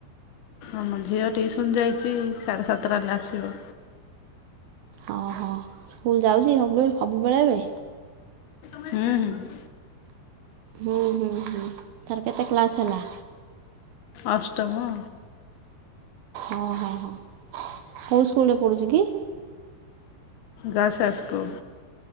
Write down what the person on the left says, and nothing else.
ଆମ ଝିଅ ଟିଉସନ ଯାଇଚି ସାଢ଼େ ସାତଟା ହେଲେ ଆସିବ।
ହୁଁ ହୁଁ।
ଅଷ୍ଟମ।
ଗା ଶା ସ୍କୁଲ୍।